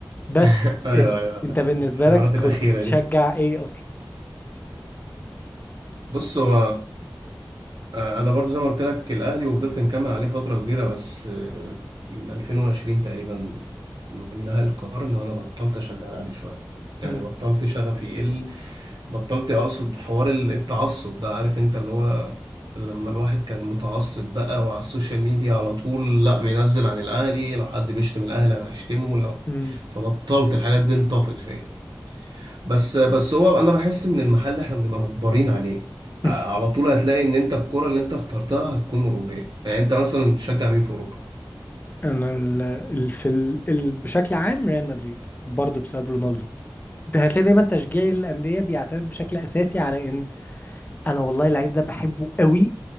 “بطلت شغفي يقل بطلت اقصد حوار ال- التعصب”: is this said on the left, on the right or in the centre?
Right